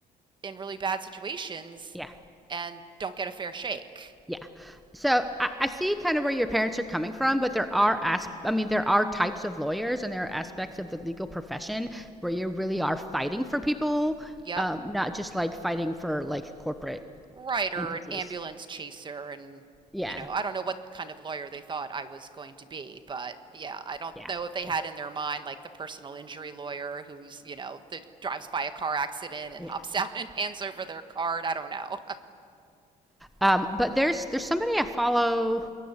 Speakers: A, on the right; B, in the centre.
A: in really bad situations
B: yeah,
A: and don't get a fair shake.
B: yeah. So I, I see kind of where your parents are coming from, but there are as I mean there are types of lawyers and there are aspects of the legal profession where you really are fighting for people,
A: Yep.
B: um, not just like fighting for like corporate
A: Right, or
B: entities.
A: an ambulance chaser, and
B: Yeah,
A: you know, I don't know what kind of lawyer they thought I was going to be, but yeah, I don't
B: yeah.
A: know if they
B: Yeah.
A: had in their mind like the personal injury lawyer who's, you know, that drives by a car accident and
B: yeah.
A: hops <laughs> out and hands over their card. I don't know.
B: Um, but there's there's somebody I follow